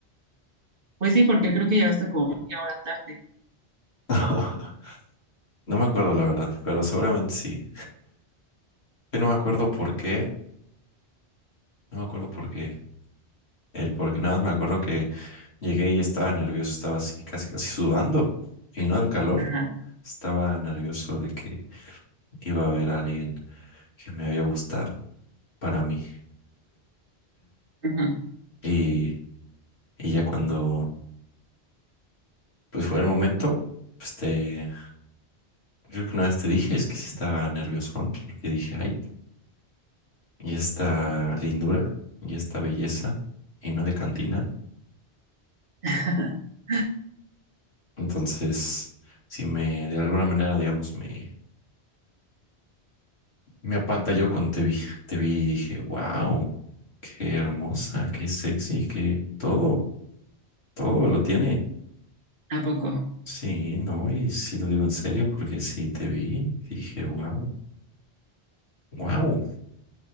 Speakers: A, on the right; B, on the left.
A: Pues sí, porque creo que llegaste como media hora tarde.
B: <laughs> No me acuerdo, la verdad, pero seguramente sí. Yo no me acuerdo por qué, no me acuerdo por qué. El por qué nada más me acuerdo que llegué y estaba nervioso, estaba así, casi, casi sudando. Y no del calor,
A: Ajá,
B: estaba nervioso de que iba a haber a alguien que me había gustado para mí.
A: ajá.
B: Y, y ya cuando pues fue el momento, pues te, creo que una vez te dije, es que sí estaba nerviosón, porque dije, ay, y esta lindura y esta belleza y no de cantina.
A: <laughs>
B: Entonces, si me de alguna manera, digamos, me, me apantalló cuando te vi, te vi y dije, wow, qué hermosa, qué sexy, qué todo, todo lo tiene.
A: ¿A poco?
B: Sí, no, y sí lo digo en serio porque sí te vi, y dije, wow, wow,